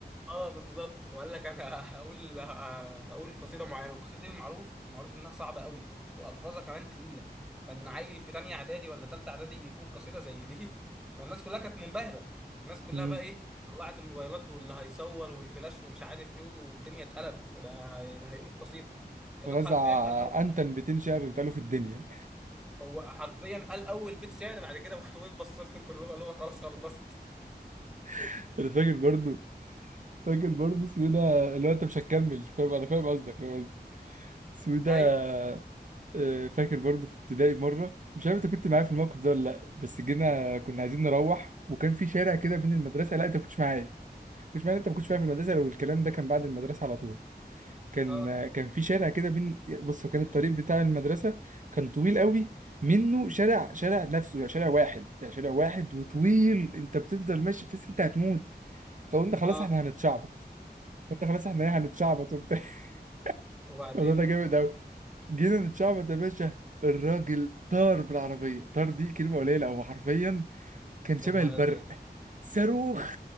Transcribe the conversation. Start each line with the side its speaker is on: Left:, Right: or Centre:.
Centre: اه بالظبط وقال لك انا هقول هقول قصيده معينه والقصيده دي معروف معروف انها صعبه قوي والفاظها كمان تقيله فان عيل في تانية اعدادي ولا تالتة اعدادي يقول قصيده زي دي <laughs> فالناس كلها كانت منبهره الناس كلها
Right: امم
Centre: بقى ايه طلعت الموبايلات واللي هيصور والفلاش ومش عارف ايه والدنيا اتقلبت ده ده هيقول قصيده يا
Right: رزع
Centre: دوب حرفيا قال له
Right: انتن 200 شعر اتقالوا في الدنيا
Centre: هو حرفيا قال اول بيت شعر بعد كده <laughs> وبص لهم كلهم قال لهم خلاص خلصت
Right: <laughs> انا فاكر برضو فاكر برضو اسمه إيه ده اللي هو انت مش هتكمل فاهم انا فاهم قصدك فاهم قصدك اسمه إيه ده
Centre: ايوه
Right: آه، فاكر برضو في ابتدائي مره مش عارف انت كنت معايا في الموقف ده ولا لا بس جينا كنا عايزين نروح وكان في شارع كده بين المدرسه لا انت ما كنتش معايا ما كنتش معايا انت ما كنتش معايا في المدرسه لو الكلام ده كان بعد المدرسه على طول كان
Centre: اه
Right: كان في شارع كده بين بص كان الطريق بتاع المدرسة كان طويل قوي منه شارع شارع نفسه يعني شارع واحد يعني شارع واحد وطويل انت بتفضل ماشي بتحس انت هتموت فقلنا خلاص
Centre: اه
Right: احنا هنتشعبط قلنا خلاص احنا ايه هنتشعبط وبتاع <laughs>
Centre: وبعدين
Right: الموضوع ده جامد قوي جينا نتشعبط يا باشا الراجل طار بالعربية طار دي كلمة قليلة هو حرفيا كان شبه
Centre: يا نهار
Right: البرق
Centre: ازرق
Right: صاروخ